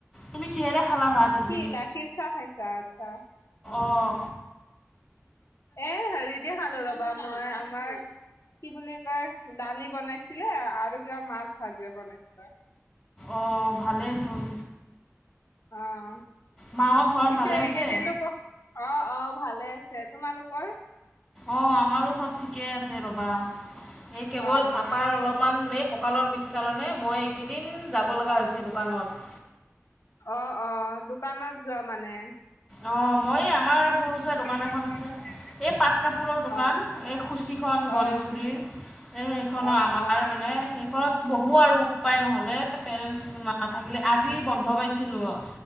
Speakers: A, in the centre; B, on the left.
A: তুমি কিহেৰে খালা ভাত আজি?
B: কি গাখীৰ চাহ খাইছা আচ্ছা, অ'।
A: অঁ
B: এ হেৰি দি খালো ৰ'বা মই আমাৰ কি বুলি কয় দালি বনাইছিলে আৰু কিবা মাছ ভাজি বনাইছিলে।
A: অ', ভালেইচোন।
B: অ',
A: মাহঁত ঘৰত
B: পিছে
A: ভালে আছে
B: এইকেইদিনটো ক অ', অ', ভালে আছে, তোমালোকৰ?
A: অ', আমাৰো চব ঠিকে আছে ৰ'বা। এই কেৱল
B: অ'
A: পাপাৰ অলপমান এই কঁকালৰ বিষ কাৰণে মই এইকেইদিন যাব লগা
B: অ'
A: হৈছে দোকানত।
B: অ', অ', দোকানত যোৱা মানে?
A: অ', মই এই আমাৰ সৰু চাই দোকান এখন আছে। এই পাট কাপোৰৰ দোকান
B: অ'
A: এই সুচীখন
B: অ'
A: গণেশগুৰিৰ। এই সেইখনো
B: অ'
A: আমাৰ মানে সেইখনত বঢ়ো আৰু উপায় নহ'লে পেৰেণ্টছ নাথাকিলে আজি বন্ধ পাইছিলো অ'।